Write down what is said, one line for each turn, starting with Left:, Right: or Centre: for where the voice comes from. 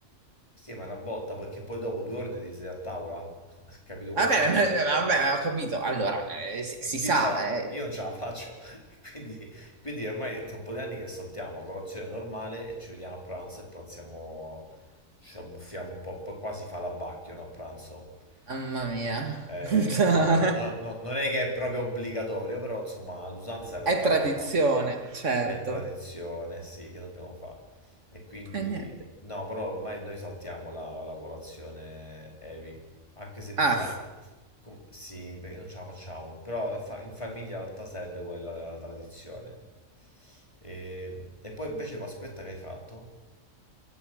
Left: Sì, ma è una botta, perché poi dopo due ore devi sedere a tavola. <laughs> Capito?
Right: Vabbè,
Left: Quello è proprio...
Right: <laughs> vabbè,
Left: <laughs>
Right: ho capito. Allora, eh, si,
Left: E
Right: si
Left: Chi
Right: sa,
Left: ce l'ha?
Right: eh.
Left: Io non ce la faccio. <laughs> Quindi, quindi ormai tra un po' di anni che saltiamo colazione normale e ci vediamo a pranzo e pranziamo... Ci abbuffiamo un po', poi quasi fa l'abbacchio, no, a pranzo.
Right: Mamma
Left: Eh,
Right: mia,
Left: eh,
Right: <laughs>
Left: vabbè, no- no- non è che è proprio obbligatorio, però insomma l'usanza in realtà
Right: è tradizione,
Left: è l'abbacchio.
Right: certo.
Left: È tradizione, sì, che dobbiamo fare? E quindi
Right: E niente.
Left: No, però ormai noi saltiamo la, la colazione heavy, anche se di
Right: Ah.
Left: fa... com- Sì, perché non ce la facciamo, però eh, fa- in famiglia in realtà sarebbe quella la, la tradizione. E... e poi invece Pasquetta che hai fatto?